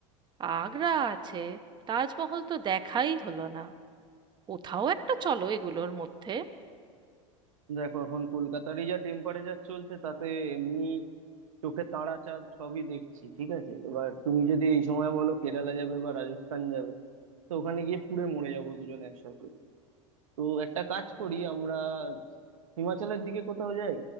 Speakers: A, on the right; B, on the right.
A: আগ্রা আছে তাজমহল তো দেখাই হলো না কোথাও একটা চলো এগুলোর মধ্যে
B: দেখো এখন কলকাতারই যা টেম্পারেচার চলছে তাতে এমনি চোখে তারা চাঁদ সবই দেখছি ঠিক আছে এবার তুমি যদি এই সময় বলো কেরালা যাবে বা রাজস্থান যাবে তো ওখানে গিয়ে পুড়ে মরে যাবো দুজন একসাথে তো একটা কাজ করি আমরা হিমাচলের দিকে কোথাও যাই